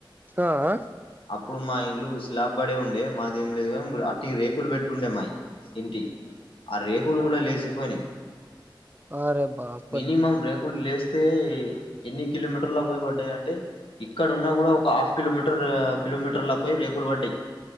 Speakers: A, on the right; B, on the left.
A: ఆ
B: అప్పుడు మా ఇల్లు స్లాబ్ పడే ఉండే మాదేం లేదు గాన్ అట్టి రేకులు పెట్టి ఉండే మాయి. ఇంటియి ఆ రేకులు గూడా లేశిపోయినయి
A: అరే బాప్
B: మినిమం రేకుల్ లేస్తే ఎన్ని కిలోమీటర్ల పోయి పడ్డయి అంటే. ఇక్కడ ఉన్నా గూడా ఒక హాఫ్ కిలోమీటర్ ఆ కిలోమీటర్ లా పోయి రేకుల్ పడ్డయ్.